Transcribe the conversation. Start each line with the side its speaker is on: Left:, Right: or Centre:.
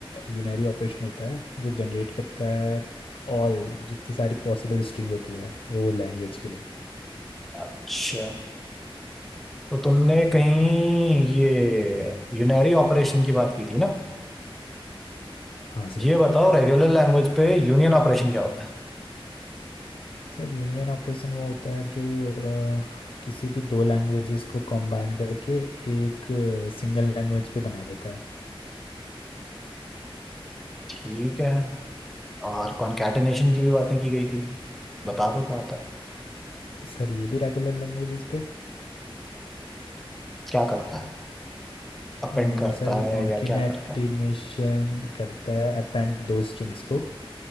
Left: यूनरी ऑपरेशन होता है जो जनरेट करता है ऑल जितनी सारी पॉसिबल स्ट्रिंग होती है वो लैंग्वेज के लिए
Centre: अच्छा तो तुमने कहीं ये यूनरी ऑपरेशन की बात की थी ना
Left: हाँ सर
Centre: ये बताओ रेगुलर लैंग्वेज पे यूनियन ऑपरेशन क्या होता है
Left: सर यूनियन ऑपरेशन वो होता है जो अ, किसी भी दो लैंग्वेजेस को कंबाइन करके एक सिंगल लैंग्वेज पे बना देता है
Centre: ठीक है और कॉन्कैटेनेशन की भी बातें की गई थी बता दो क्या होता है
Left: सर ये भी रेगुलर लैंग्वेजेस पे
Centre: क्या करता है अपेंड
Left: अ,
Centre: करता
Left: सर
Centre: है
Left: कॉन्किनेटिनेशन
Centre: या क्या करता है
Left: करता है अपेंड दो स्ट्रिंग्स को